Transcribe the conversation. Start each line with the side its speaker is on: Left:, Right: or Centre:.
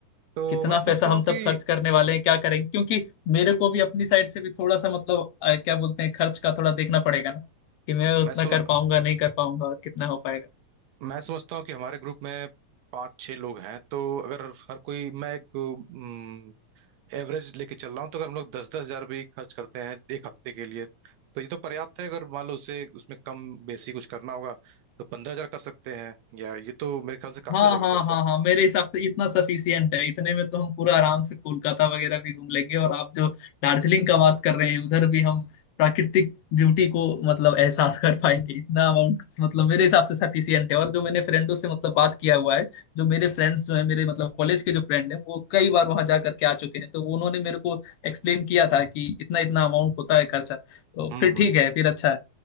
Right: तो
Left: कितना
Right: मैं समझता
Left: पैसा हम
Right: हूँ
Left: सब
Right: कि
Left: खर्च करने वाले हैं क्या करेंगे क्योंकि मेरे को भी अपनी साइड से भी थोड़ा सा मतलब अ, क्या बोलते हैं खर्च का थोड़ा देखना पड़ेगा ना कि मैं
Right: मैं
Left: उतना
Right: सम,
Left: कर पाऊंगा नहीं कर पाऊंगा और कितना हो पाएगा
Right: मैं समझता हूँ कि हमारे ग्रुप में पांच छह लोग हैं तो अगर हर कोई मैं एक एवरेज लेके चल रहा हूँ तो अगर हम लोग दस दस हजार भी खर्च करते हैं एक हफ्ते के लिए तो ये तो पर्याप्त है अगर मान लो उसे उसमें कम बेसी कुछ करना होगा तो पंद्रह हजार कर सकते हैं या ये तो मेरे ख्याल से काफी
Left: हाँ
Right: हो जाएगा
Left: हाँ
Right: पैसा
Left: हाँ हाँ मेरे हिसाब से इतना सफिशियंट है इतने में तो हम पूरा आराम से कोलकाता वगैरह भी घूम लेंगे और आप जो दार्जिलिंग का बात कर रहे हैं उधर भी हम प्राकृतिक ब्यूटी को मतलब एहसास कर पाएंगे इतना अमाउंट मतलब मेरे हिसाब से सफिशियंट है और जो मैंने फ्रेंडों से मतलब बात किया हुआ है जो मेरे फ्रेंड्स जो है मेरे मतलब कॉलेज के जो फ्रेंड हैं वो कई बार वहां जा करके आ चुके हैं तो उन्होंने मेरे को एक्सप्लेन किया था कि इतना इतना अमाउंट होता है खर्चा तो
Right: हम्म
Left: फिर
Right: हम्म
Left: ठीक है फिर अच्छा है